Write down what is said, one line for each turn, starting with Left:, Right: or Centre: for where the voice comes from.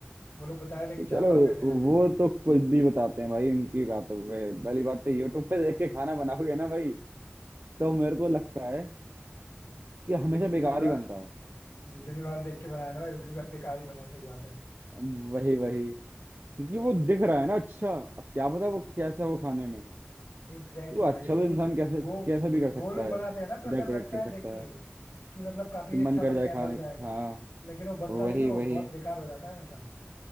Left: वो लोग बताया था कि
Right: तो चलो
Left: चार पाँच घंटे लग जाएंगे
Right: वो तो कुछ भी बताते हैं भाई उनकी बातों पे पहली बात तो यूट्यूब पे देख के खाना बनाओगे ना भाई तो मेरे को लगता है कि हमेशा
Left: जितनी
Right: बेकार
Left: बार
Right: ही बनता है
Left: जितनी बार देख के बनाया ना भाई उतनी बार बेकार ही बना सही बात है
Right: वही वही क्योंकि वो दिख रहा है ना अच्छा अब क्या पता वो कैसा हो खाने में
Left: एग्जैक्टली
Right: तो
Left: exactly
Right: अच्छा
Left: भाई
Right: तो इंसान
Left: उन
Right: कैसे
Left: वो
Right: कैसा भी कर
Left: वो
Right: सकता
Left: लोग
Right: है
Left: बनाते हैं ना तो
Right: डेकोरेट
Left: ऐसा लगता
Right: कर
Left: है देख
Right: सकता
Left: के
Right: है
Left: कि मतलब काफी
Right: कि
Left: अच्छा
Right: मन कर
Left: बन
Right: जाए
Left: गया
Right: खाने
Left: है बन जाएगा
Right: हाँ
Left: लेकिन वो बनता
Right: वही
Left: नहीं है वो
Right: वही
Left: बहुत बेकार हो जाता है हमेशा